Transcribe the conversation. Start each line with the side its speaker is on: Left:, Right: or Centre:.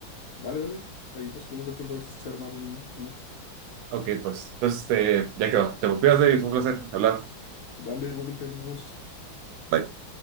Left: Dale, dale, ahí nos ponemos de acuerdo a ver si se arma un, uno.
Right: Ok, pues, entonces, este, ya quedó. Te me cuidas, David. Fue un placer hablar.
Left: Dale, igualmente, ahí nos vemos.
Right: Bye.